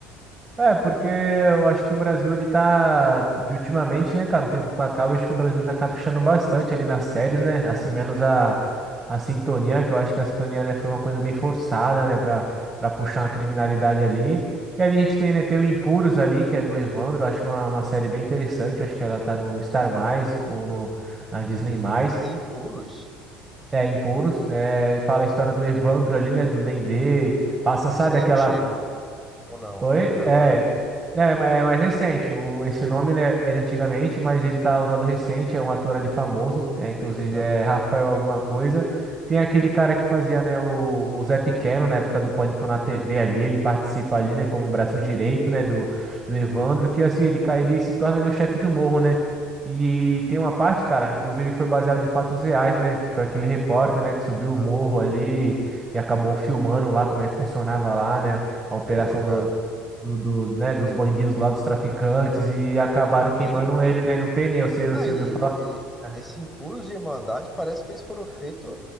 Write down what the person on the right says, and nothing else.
É, porque eu acho que o Brasil, ele tá, de ultimamente, né, cara, um tempo pra cá, eu acho que o Brasil tá caprichando bastante ali nas séries, né, assim, menos a, a sintonia, que eu acho que a sintonia, né, foi uma coisa bem forçada, né, pra, pra puxar uma criminalidade ali. E ali a gente tem, né, tem o Impuros ali, que é do Evandro, eu acho uma, uma série bem interessante, eu acho que ela tá no Star+, mais ou no, na Disney+. mais.
É, Impuros, é, fala a história do Evandro ali, né, do Dendê, passa, sabe,
aquela,
Oi?
É, é, ma- é mais recente. O, esse nome, né, é de antigamente, mas ele tá usado recente. É um ator ali famoso. É,
inclusive
é Rafael
alguma coisa. Tem aquele cara que fazia, né, o, o Zé Pequeno na época do Pânico na TV ali. Ele participa ali, né, como um braço direito, né, do, do Evandro. Que assim, ele, ca- ele se torna ali o chefe do morro, né? E tem uma parte, cara, inclusive foi baseado em fatos reais, né? Que foi aquele repórter, né, que subiu
o morro ali e acabou filmando lá como é que funcionava lá, né? A operação
do, do, do, né, dos bandidos lá, dos traficantes, e acabaram
queimando
ele, né, no pneu, você,
você ouviu falar? disso,
né?